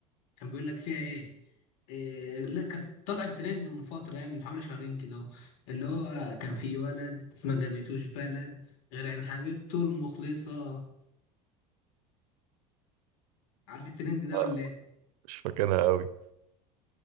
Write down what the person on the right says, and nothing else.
آه.
مش فاكرها قوي